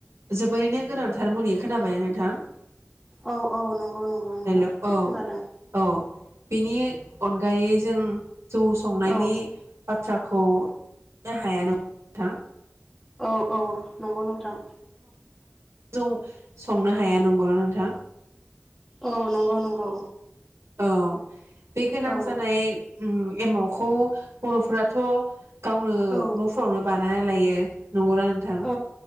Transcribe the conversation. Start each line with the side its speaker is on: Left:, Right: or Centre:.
Right: जोबोरैनो गोनांथार मुलि खोनाबायना नोंथां?
Centre: औ औ नंगौ नंगौ नोंथां
Right: हेल' औ
Centre: खोनादों।
Right: औ बेनि अनगायै जों जौ संनायनि
Centre: औ
Right: बाथ्राखौनो हाया ना नोंथां।
Centre: औ औ नंगौ नोंथां।
Right: जं संनो हाया नंगौना नोंथां?
Centre: औ नंगौ नंगौ।
Right: औ बे गोनां
Centre: औ
Right: जानाय ओम एमावखौ बर' फोराथ' गावनो
Centre: औ
Right: न'फोरावनो बाना नाया लायो। नंगौना नोंथां?
Centre: औ